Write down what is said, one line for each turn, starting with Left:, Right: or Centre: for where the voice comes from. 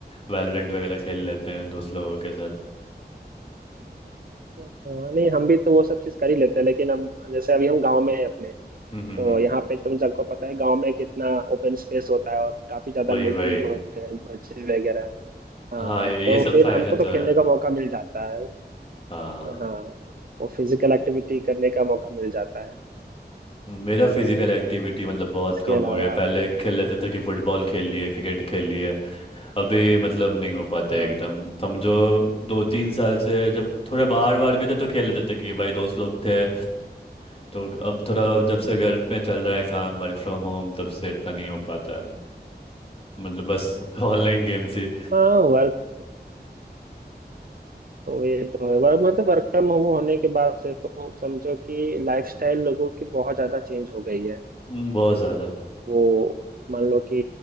Left: वैलोरेंट वगैरह खेल लेते हैं दोस्त लोगों के साथ
Right: हाँ, नहीं हम भी तो वो सब चीज कर ही लेते हैं लेकिन हम जैसे अभी हम गांव में हैं अपने
Left: हम्म हम्म
Right: तो
Left: हम्म,
Right: यहाँ पे तुम सबको पता है गांव में कितना ओपन स्पेस होता है और काफी ज्यादा
Left: वही
Right: लोग
Left: वही
Right: भी होते हैं बच्चे वगैरह हाँ
Left: हाँ ये
Right: तो
Left: ये सब
Right: फिर
Left: फायदे
Right: हमको तो
Left: तो है
Right: खेलने का मौका मिल जाता है
Left: हाँ
Right: हाँ वो फिजिकल एक्टिविटी करने का मौका मिल जाता है
Left: मेरा फिजिकल
Right: है ना
Left: एक्टिविटी मतलब बहुत
Right: इसके
Left: कम
Right: अलावा
Left: हो गया है। पहले खेल लेते थे कि फुटबॉल खेल लिए क्रिकेट खेल लिए अभी मतलब नहीं हो पाता
Right: हाँ
Left: है एकदम समझो दो तीन साल से जब थोड़े बाहर वार भी थे तो खेल लेते थे कि भाई दोस्त लोग थे तो अब थोड़ा जब से घर पे चल रहा है काम वर्क फ्रॉम होम तब से इतना नहीं हो पाता है। मतलब बस <laughs> ऑनलाइन गेम्स ही
Right: हाँ वर्क ये तो है वर्क मतलब वर्क फ्रॉम होम होने के बाद से तो समझो कि लाइफस्टाइल लोगों की बहुत ज्यादा चेंज हो गई है
Left: हम्म, बहुत ज़्यादा
Right: वो मान लो कि